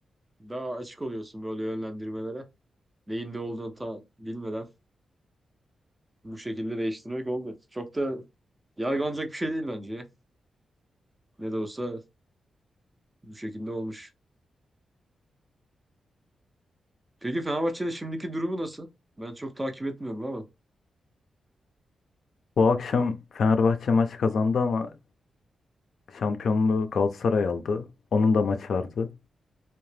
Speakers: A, on the right; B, on the left.
A: daha açık oluyorsun böyle yönlendirmelere. Neyin ne olduğunu ta bilmeden bu şekilde değiştirmek oldu. Çok da yargılanacak bir şey değil bence ya. Ne de olsa bu şekilde olmuş. Peki Fenerbahçe'nin şimdiki durumu nasıl? Ben çok takip etmiyorum ama.
B: Bu akşam Fenerbahçe maç kazandı ama şampiyonluğu Galatasaray aldı. Onun da maçı vardı.